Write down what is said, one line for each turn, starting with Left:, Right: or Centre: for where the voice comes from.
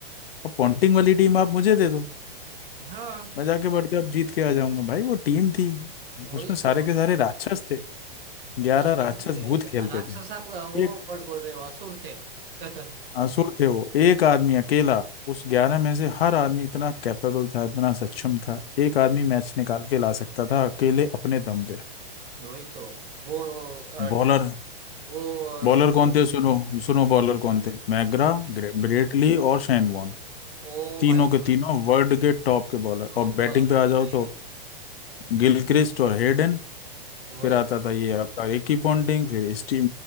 Left: अब पॉन्टिंग वाली टीम आप मुझे दे दो
Right: हाँ
Left: मैं जाके वर्ल्ड कप जीत के आ जाऊंगा भाई वो टीम थी
Right: वही
Left: उसमें सारे
Right: तो
Left: के सारे राक्षस थे ग्यारह
Right: असुर
Left: राक्षस
Right: थे
Left: भूत खेलते
Right: राक्षस
Left: थे
Right: आप वो
Left: एक
Right: वर्ड बोल रहे हो असुर थे <laughs>
Left: आंसू थे वो एक आदमी अकेला उस ग्यारह में से हर आदमी इतना कैपेबल था इतना सक्षम था
Right: हम्म,
Left: एक आदमी मैच निकाल के ला सकता था अकेले अपने दम पे
Right: वही तो वो अ,
Left: बॉलर
Right: वो अ,
Left: बॉलर कौन हम्म थे सुनो सुनो बॉलर कौन थे मैग्रा
Right: कौन थे
Left: ग्रे- ब्रेटली और शेन वॉर्न
Right: Oh
Left: तीनों
Right: my
Left: के
Right: god
Left: तीनों वर्ल्ड के टॉप के बॉलर
Right: तो
Left: और
Right: बोल
Left: बैटिंग
Right: रहे
Left: पे
Right: हैं
Left: आ जाओ
Right: भाई
Left: तो गिलक्रिस्ट और हेडन
Right: वही
Left: फिर आता
Right: तो
Left: था ये आपका रिकी पॉन्टिंग फिर स्टीव